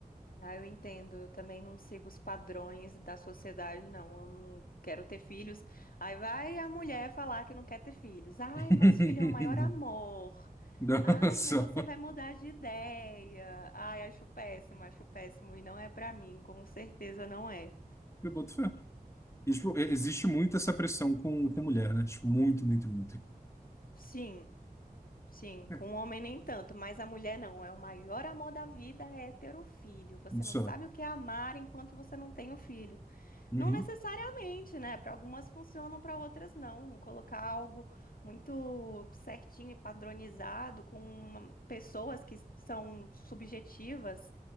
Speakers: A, on the left; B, on the left.
A: Ah, eu entendo. Eu também não sigo os padrões da sociedade, não. Eu não quero ter filhos. Aí vai a mulher falar que não quer ter filhos. Ai,
B: <laughs>
A: mas filho é o maior amor.
B: Nossa,
A: Ai, mas você vai mudar de ideia. Ai, acho péssimo, acho péssimo. E não é pra mim, com certeza não é.
B: eu boto fé. E, tipo, e- existe muito essa pressão com, com mulher, né? Tipo, muito, muito, muito.
A: Sim, sim.
B: É,
A: Com o homem nem tanto, mas a mulher não. É o maior amor da vida é ter o filho. Você
B: isso
A: não sabe
B: é.
A: o que é amar enquanto você não tem o filho.
B: Uhum,
A: Não necessariamente, né? Para algumas funcionam, para outras não. Colocar algo muito certinho e padronizado com uma- pessoas que são subjetivas